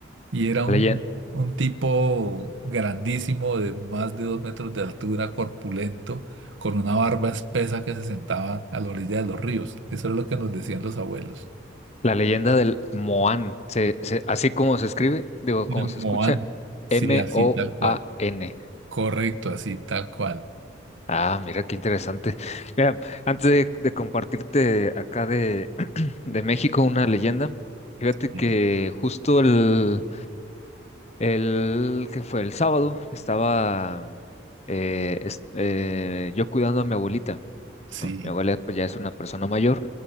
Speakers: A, on the right; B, on the left.
A: Y era
B: Leyen-
A: un, un tipo grandísimo de más de dos metros de altura, corpulento, con una barba espesa que se sentaba a la orilla de los ríos. Eso era lo que nos decían los abuelos.
B: la leyenda del Moan, se, se- así como se escribe, digo,
A: El
B: como se
A: Moan,
B: escucha,
A: sí,
B: M-O-A-N.
A: así tal cual. Correcto, así, tal cual.
B: Ah, mira qué interesante. Mira, antes de, de compartirte acá de, de México, una leyenda. Fíjate que
A: Sí.
B: justo el, el que fue el sábado estaba eh, es- eh, yo cuidando a mi abuelita,
A: sí.
B: ¿no? Mi abuela pues ya es una persona mayor